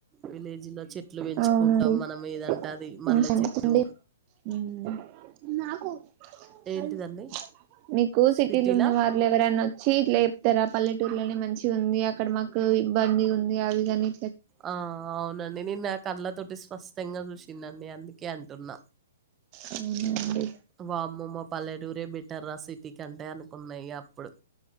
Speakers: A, on the right; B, on the right.
A: విలేజ్ లో చెట్లు పెంచుకుంటాం
B: అవునండి
A: మనం
B: <unintelligible>
A: ఏదంటే అది మల్లె చెట్టు ఏంటిదండి
B: మీకు సిటీలు
A: సిటీలా
B: ఉన్న వాళ్ళ ఎవరనా వచ్చి ఇట్ల తెరాపల్లెటూర్ లోనే మంచి ఉంది అక్కడ మాకు ఇబ్బంది ఉంది అవిధని
A: ఆ అవునండి నేను నా కళ్ళతోటి ఫస్ కష్టంగా చూసిందండి అందుకే అంటున్నా
B: అవునండి
A: వామ్మమ్మ పల్లెటూరే బటర్రా సిటీ కంటే అనుకున్న అప్పుడు